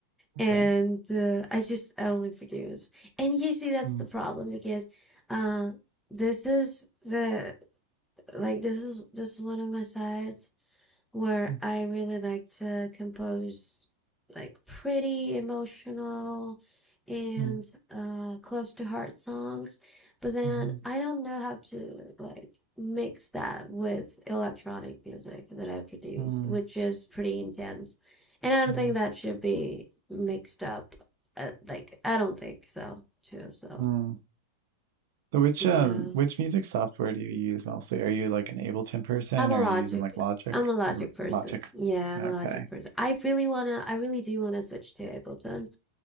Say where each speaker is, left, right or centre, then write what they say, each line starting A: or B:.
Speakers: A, on the right (about 60°); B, in the centre.
A: Okay.
B: and uh, I just I only produce. And usually that's
A: Mm,
B: the problem because uh, this is the like this is this is one of my sides where
A: mm,
B: I really like to compose like pretty emotional and
A: mm,
B: uh close to heart songs, but then
A: mhm,
B: I don't know how to like mix that with electronic music that I produce,
A: mm,
B: which is pretty intense. And I don't
A: mm,
B: think that should be mixed up. Uh, like I don't think so too, so
A: mm. So which
B: yeah.
A: um which music software do you use mostly? Are you like an Ableton person
B: I'm a
A: or
B: logic.
A: are you using like Logic?
B: I'm a logic
A: You
B: person.
A: Logic.
B: Yeah,
A: Okay.
B: I'm a logic person. I really wanna, I really do wanna switch to Ableton,